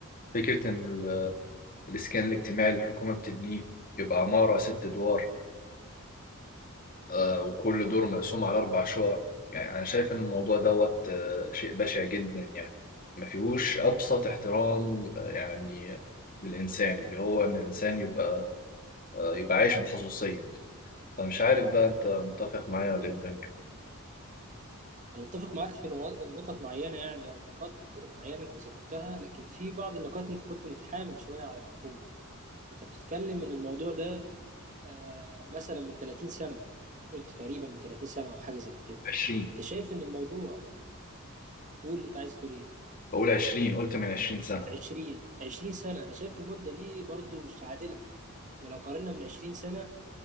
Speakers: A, on the left (about 40°); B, on the right (about 35°).
A: فكرة إن ال- الإسكان الاجتماعي اللي الحكومة بتبنيه يبقى عمارة ست أدوار آه، وكل دور مقسوم على أربع شقق يعني أنا شايف إن الموضوع دوت آه، شيء بشع جدا يعني ما فيهوش أبسط احترام آه، يعني للإنسان اللي هو إن الإنسان يبقى آه، يبقى عايش بخصوصية فمش عارف بقى أنت متفق معايا ولا إيه الدنيا
B: انا متفق معاك في نوا- نقط معينة يعني او نقاط معينة انت ذكرتها لكن في بعض النقاط انت كنت متحامل شوية على الحكومة. انت بتتكلم ان الموضوع ده آه، مثلا من 30 سنة قلت تقريبا من 30 سنة او حاجة زي كده.
A: 20
B: انت شايف ان الموضوع قول انت عايز تقول ايه؟
A: بقول 20 قلت من 20 سنة
B: 20 20 سنة أنا شايف المدة دي برضو مش عادلة احنا لو قارنا من 20 سنة